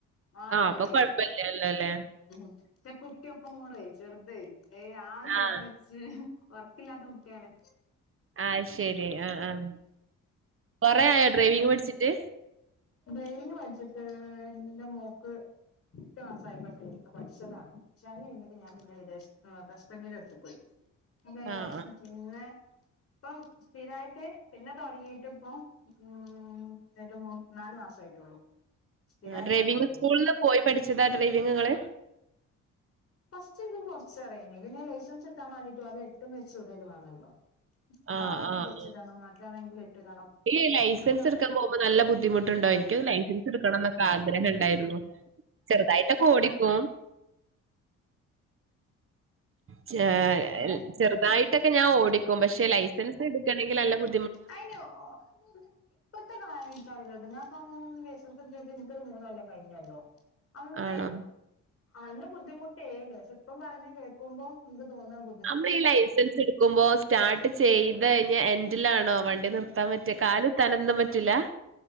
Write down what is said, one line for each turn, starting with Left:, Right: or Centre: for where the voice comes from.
Left: ആഹ് ഡ്രൈവെയ്യും
Right: അപ്പൊ കൊഴപ്പല്ലല്ലോല്ലേ.
Left: പക്ഷെ കുട്ടിയൊപ്പം കൂടെ ചെർതെ ഏയ് ആ നേരം
Right: ആഹ്
Left: വെ ഒർക്കില്ലാത്ത കുട്ട്യാണ്
Right: അയ് ശെരി ആഹ് ആഹ് കൊറെ ആയോ ഡ്രൈവിങ് പഠിച്ചിട്ട്?
Left: ഡ്രൈവിംഗ് പഠിച്ചിട്ട് ന്റെ മോക്ക് എട്ട് മാസായപ്പ ഡ്രൈവിംഗ് പഠിച്ചതാണ് <unintelligible> ഞാനു ങ്ങന വിചാരിച്ച് ആഹ് ഹസ്ബന്റിന്റട്ത്തെക്കോയ് <unintelligible>
Right: ആഹ് ആഹ്.
Left: പിന്നെ പ്പം സ്ഥിരായിട്ട് പിന്നെ തൊടങ്ങീട്ട് പ്പം ഊം ന്നൊരു മൂ നാല്മാസായിട്ടൊള്ളൂ സ്ഥിരായിട്ടോട്ടം
Right: ആഹ് ഡ്രൈവിംഗ്
Left: തൊടങ്ങി
Right: സ്കൂളില് പോയി പഠിച്ചതാ ഡ്രൈവിംഗ് ങ്ങള്?
Left: ഫസ്റ്റ് ൻക്കി കൊർച്ചറിയായ്നി പിന്നെ ലൈസൻസ് ക് ട്ടാൻ വേണ്ടിട്ട് ഓലെ എട്ടും എച്ചും ന്തായാലും വേണല്ലൊ കാറാണെങ്കി
Right: ആഹ് ആഹ് ആഹ്.
Left: എച്ചിടണം മറ്റാണെങ്കിൽ എട്ടിടണം
Right: ഈ ലൈസൻസെടുക്കാൻ
Left: അപ്പൊ ഞാ
Right: പോകുമ്പോ നല്ല ബുദ്ധിമുട്ടുണ്ടോ എനിക്കൊരു ലൈസൻസെടുക്കണം നൊക്കാ ഗ്രഹം ണ്ടായിരുന്നു ചെറുതായിട്ടൊക്കോടിക്കും ചേ
Left: ഏഹ്
Right: എൽ ചെറുതായിട്ടൊക്കെ ഞാൻ ഓടിക്കും പക്ഷെ ലൈസൻസെടുക്കണെങ്കിലല്ല ബു
Left: അയിന് ഓ <unintelligible> പ്പത്തെ കാര്യം എനിക്കറിയില്ലട്ടോ ഞാൻ പ്പം ലൈസൻസെടുത്തിട്ട് ഇൻക്കൊരു മൂന്നൊല്ലം കഴിഞ്ഞല്ലോ അന്ന്
Right: ആണോ?
Left: അന്ന് ബുദ്ധിമുട്ടേന് പക്ഷേ പ്പം പറയ്ന്ന കേക്കുമ്പം ൻക്ക് തോന്നാ ബു
Right: അമ്മളീ ലൈസൻസെട് ക്കുമ്പോ സ്റ്റാർട്ട് ചെയ്തഴിഞ്ഞ എൻഡിലാണോ വണ്ടി നിർത്താൻ പറ്റ കാലുത്താനൊന്നും പറ്റൂല്ല?